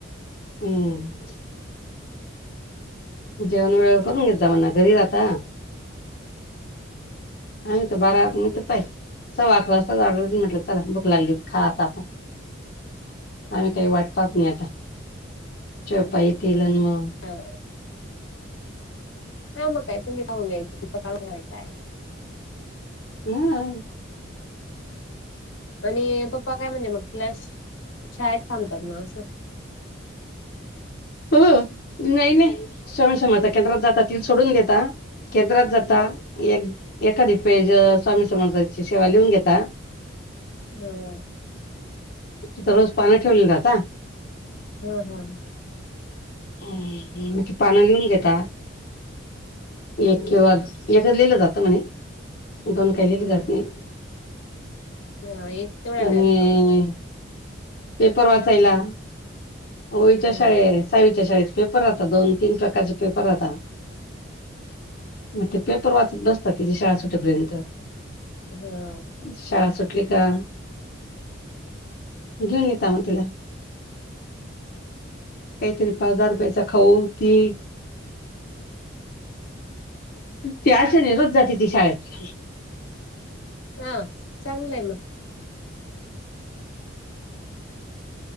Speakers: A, on the left (about 50°); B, on the left (about 75°).
A: हम्म, <unintelligible> जेवण वेळे करून घेत जा म्हना.. घरी राहाताऽ <unintelligible> आम्ही त बारा मी त पाय सव्वा अकरा वाजताच <unintelligible> म्हटलं चला भुक लागली खा आता आपण आम्ही काय वाट पाहत नाय आता, चपाईती लावून
B: हो हा मग काय, तुम्ही पण घ्यायचं, तिचं काय नाय काय
A: हो आओ
B: आणि, पप्पा काय म्हणजे मग क्लास, शाळेत थांबतात म असं
A: हो नाय नाय स्वामी समर्था केंद्रात जाता तिल सोडून देता केंद्रात जाता,
B: हा
A: एक एखादी पेज स्वामी समर्था ची सेवा लिहून घेता
B: बर
A: तिथं सगळंचं पानं ठेवले राहता.
B: हा हा हा
A: हम्म मग ती पानं लिहून घेता एक
B: हम्म
A: किंवा, एकच लिलं जात म्हणे दोन काही लिहिली
B: हम्म,
A: जात नाही
B: ह एक ते थोड्या
A: आणि
B: वेळात
A: पेपर वाचायला, ओळीच्या
B: हा
A: शाळेत साईच्या शाळेत पेपर व्हता, दोन तीन प्रकारचे पेपर व्हता म ते पेपर वाचत बसतात,, हिजे शाळा सुटेपर्यंत.
B: हा
A: शाळा सुटली का घेऊन येता म तिला कायतरी पाच दहा रुपयाचा खाऊ केक त्या आशेनी, रोज जाते ती शाळेत
B: अ चांगलंय म